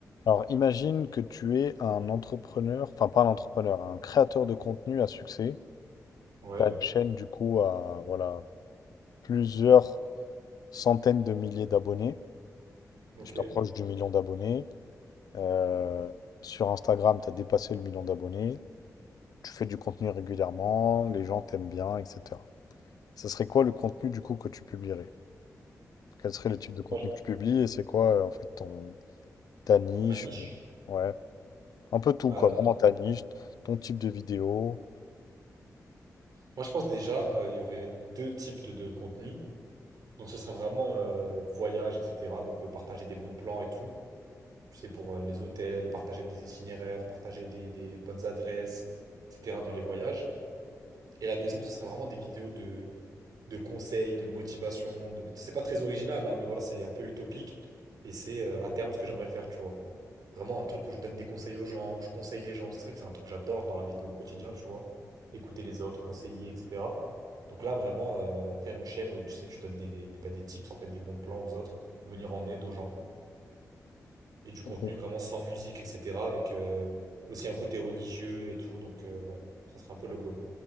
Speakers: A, on the left (about 80°); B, on the right (about 85°).
A: Alors, imagine que tu es un entrepreneur, enfin pas un entrepreneur, un créateur de contenu à succès.
B: Ouais,
A: Tu as une chaîne du coup à voilà, plusieurs centaines de milliers d'abonnés.
B: ok.
A: Tu t'approches du million d'abonnés. Euh, sur Instagram, tu as dépassé le million d'abonnés. Tu fais du contenu régulièrement, les gens t'aiment bien, etc. Ce serait quoi le contenu du coup que tu publierais? Quel serait le type de contenu
B: Moi, je-
A: que tu publies et c'est quoi euh, en fait ton ta niche?
B: Ma niche.
A: euh, Ouais, un peu tout
B: euh,
A: quoi, vraiment ta niche, ton type de vidéo.
B: moi, je pense déjà, euh, il y aurait deux types de, de contenus. Donc, ce serait vraiment euh, voyage, etc. Donc, euh, partager des bons plans et tout. Tu sais, pour euh, les hôtels, partager des itinéraires, partager des, des bonnes adresses, etc. dans les voyages. Et la deuxième, ce serait vraiment des vidéos de conseils, de motivation. De... C'est pas très original, hein, mais voilà, c'est un peu utopique. Et c'est euh, à terme ce que j'aimerais faire, tu vois. Vraiment un truc où je donne des conseils aux gens, où je conseille les gens. Parce que c'est vrai que c'est un truc que j'adore dans la vie de, au quotidien, tu vois. Écouter les autres, conseiller, etc. Donc là, vraiment, euh, faire une chaîne où tu sais, tu donnes des, des, des- bah, des tips, en fait, des bons plans aux autres, venir en aide aux gens. Et du contenu
A: Ok.
B: vraiment sans musique, etc. Avec euh, aussi un côté religieux et tout. Donc euh, ouais, ça serait un peu le goal.